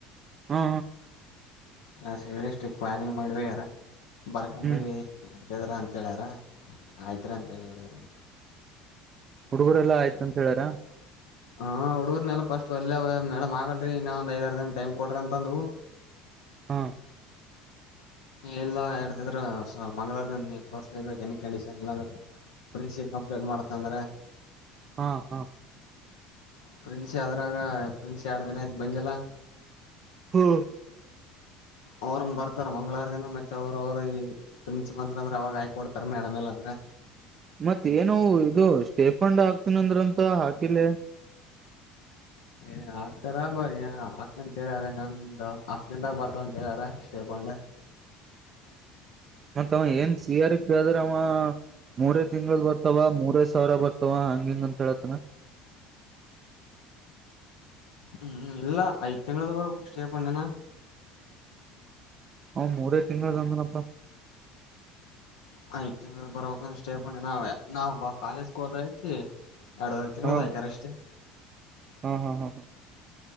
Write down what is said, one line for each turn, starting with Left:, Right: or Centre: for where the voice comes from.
Right: ಹಾ
Left: ಕ್ಲಾಸ್ ಹೇಳಿ ಸ್ಟ್ರಿಕ್ಟ್ ವಾರ್ನಿಂಗ್ ಮಾಡಿ ಹೋಗ್ಯಾರ. ಬರ್ಕಂಬರಿ
Right: ಹ್ಮ್
Left: <unintelligible> ಅಂತ ಹೇಳ್ಯಾರ. ಆಯ್ತರಾ ಅಂತ್ ಹೇಳಿ ಒಡಗ
Right: ಹುಡುಗರೆಲ್ಲ ಆಯ್ತ್ ಅಂತ್ ಹೇಳಾರ.
Left: ಹಾ ಹುಡುಗರ್ನೆಲ್ಲ ಫಸ್ಟ್ ಒಲ್ಲೇ ಮೇಡಮ್ ಆಗಲ್ರಿ ಇನ್ನ ಒಂದ್ ಐದ್ ಅರ್ ದನ ಟೈಮ್ ಕೊಡ್ರಿ ಅಂತಂದವು.
Right: ಹಾ
Left: ಇಲ್ಲ ಹೇಳ್ತಿದ್ರ ಮಂಗ್ಗಳೂಾರದಿಂದ ನೀ ತೋರ್ಸ್ಲಿಬೇಕ ಎನಿ ಕಂಡೀಷನ್ ಇಲ್ಲಾಂದ್ರೆ ಪ್ರಿನ್ಸಿ ಕಂಪ್ಲೇಂಟ್ ಮಾಡತ್ ಅಂದ್ರ.
Right: ಹಾ ಹಾ
Left: ಪ್ರಿನ್ಸಿ ಅದ್ರಾಗ್ ಪ್ರಿನ್ಸಿ ಎರಡ್ ದಿನ ಆಯ್ತ್ ಬಂದಿಲ್ಲ.
Right: ಹ
Left: ಅವ್ರನ್ ಬರ್ತಾರ ಮಂಗಳವಾರ ದಿನ ಮತ್ತೆ ಅವ್ರ ಅವರು ಈ ಪ್ರಿನ್ಸಿಪಲ್ ಅಂದ ಅಂದ್ರ ಅವಾಗ ಆಯ್ಕ ಕೊಡ್ತಾರ ಮೇಡಮ್ ಎಲ್ಲ ಅಂದ್ರೆ.
Right: ಮತ್ತ್ ಏನೋ ಇದು ಸ್ಟೇ ಕಕೊಂಡ್ ಹಾಕ್ತನ್ ಅಂದ್ರಂತ್ ಹಾಕಿಲ್ಲ.
Left: ಏ ಹಾಕ್ತಾರ್ ಬ ಹಾಕ್ತಂತ ಹೇಳ್ಯಾರ ಇನೊಂದು ಹತ್ತು ದಿನ್ದಾಗ ಬರ್ತವ ಅಂತ ಹೇಳ್ಯಾರ ಅ ಷ್ಟೇ ಫಂಡ್
Right: ಮತ್ತವ್ ಏನ್ ಸೀ ಹಾರ ಗೇ ಕೇಳಿದ್ರೆ ಅವ ಮೂರೇ ತಿಂಗಳು ಬರ್ತವ ಮೂರೆ ಸಾವಿರ ಬರ್ತಾವ ಹಂಗ್ ಹಿಂಗ್ ಅಂತ ಹೇಳನ.
Left: ಹ್ಮ್ ಇಲ್ಲ ಐದ್ ತಿಂಗಗಳ್ದ ಬರ್ ಸ್ಟೇ ಫಂಡ್
Right: ಅವ್ ಮೂರೇ ತಿಂಗಳು ಅಂತನಪ್ಪ.
Left: ಆಯ್ ಬರ್ ಸ್ಟಿಪೆಂಡ್ ನಾವ್ ಬ ಕಾಲೇಜ್ಗೆ ಹೋದಐತಿ. ಎರಡುವರೆ ತಿಂಗಳದ್ದು
Right: ಹಾ
Left: ಆಕಾರ್ ಅಷ್ಟೇ. <inaudible>
Right: ಹಾ ಹಾ ಹಾ